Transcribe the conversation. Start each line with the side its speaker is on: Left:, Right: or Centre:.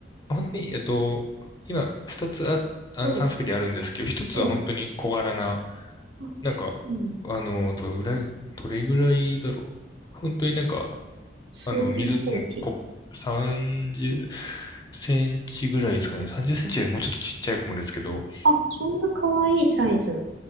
Left: 本当に、えっと、今、二つあ、あの、
Right: はい、
Left: サンスペリあるんですけど、一つは本当に小柄な、
Right: うん、あ
Left: なんか、
Right: うん、
Left: あの、どれぐらい、どれぐらいだろう。本当になんか、
Right: 数十センチ。
Left: あの、水を飲むコップ30センチぐらいですかね。30センチよりもうちょっとちっちゃい子もですけど、
Right: あ、そんな可愛いサイズ。